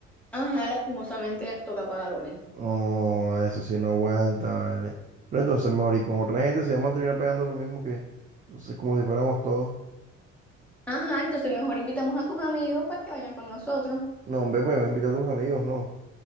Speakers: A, in the centre; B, on the right.
A: Ajá, lastimosamente toca pagar lo mismo.
B: No, eso sí no aguanta, vale. Pero entonces mejor y con otra gente si vamos a terminar pagando lo mismo que, entonces, como si fuéramos todos.
A: Ajá, entonces mejor invitamos a tus amigos para que vayan con nosotros.
B: No, hombre, pues me invita a tus amigos, no.